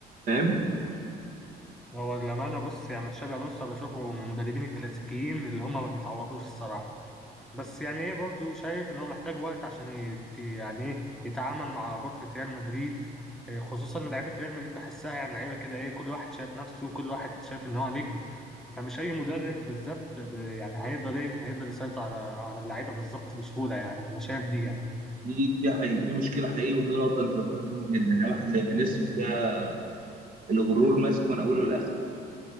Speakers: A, on the right; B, in the centre.
A: فاهم
B: هو لامال بص يعني تشابي الونسو بشوفه من المدربين الكلاسيكيين اللي هم ما بيتعوضوش الصراحه بس يعني ايه برضه شايف ان هو محتاج وقت عشان يت يعني ايه يتعامل مع غرفه ريال مدريد اه، خصوصا لعيبه ريال مدريد بحسها يعني لعيبه كده ايه كل واحد شايف نفسه وكل واحد شايف ان هو نجم فمش اي مدرب بالظبط ب- يعني هيقدر ايه هيقدر يسيطر على على اللعيبه بالظبط بسهوله يعني انا شايف دي يعني
A: دي دي حقيقة دي مشكلة حقيقية ودي نقطة أنت قلتها مهمة جدا يعني واحد زي فينيسيوس ده الغرور ماسكه من أوله لآخره